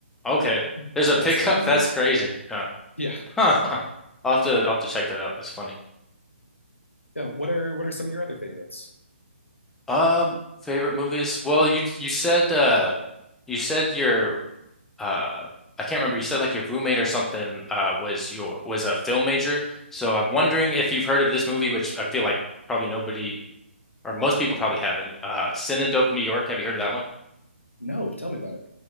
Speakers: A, in the centre; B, on the left (about 80°).
A: Okay.
B: yep,
A: There's a
B: that's
A: pickup.
B: him and
A: <laughs> That's crazy. Yeah.
B: Yeah.
A: <laughs> I'll have to I'll have to check that out. That's funny.
B: Yeah. What are what are some of your other favorites?
A: Um, favorite movies? Well, you you said uh you said your uh I can't remember. You said like your roommate or something uh was your was a film major. So I'm wondering
B: Yeah.
A: if you've heard of this movie, which I feel like probably nobody or most people probably haven't. Uh, Cinedope, New York. Have you heard of that one?
B: No, tell me about it.